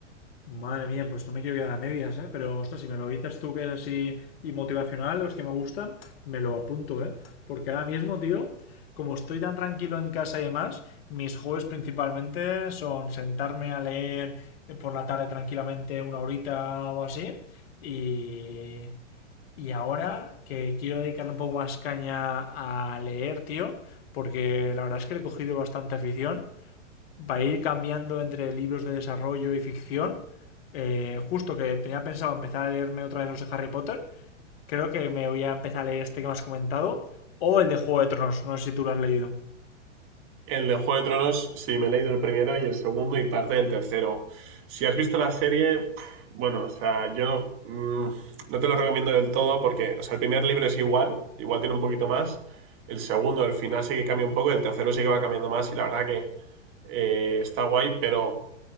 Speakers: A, on the left; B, on the right.
A: Madre mía, pues no me quiero quedar a medias, ¿eh? Pero, ostras, si me lo dices tú que es así y motivacional, los que me gustan, me lo apunto, ¿eh? Porque ahora mismo, tío, como estoy tan tranquilo en casa y demás, mis hobbies principalmente son sentarme a leer eh, por la tarde tranquilamente una horita o así. Y, y ahora que quiero dedicarle un poco más caña a leer, tío, porque la verdad es que le he cogido bastante afición va a ir cambiando entre libros de desarrollo y ficción. Eh, justo que tenía pensado empezar a leerme otra vez los de Harry Potter, creo que me voy a empezar a leer este que me has comentado, o el de Juego de Tronos, no sé si tú lo has leído.
B: El de Juego de Tronos, sí, me he leído el primero y el segundo y parte del tercero. Si has visto la serie, bueno, o sea, yo mm, no te lo recomiendo del todo porque, o sea, el primer libro es igual, igual tiene un poquito más. El segundo, el final sí que cambia un poco, el tercero sí que va cambiando más y la verdad que eh, está guay, pero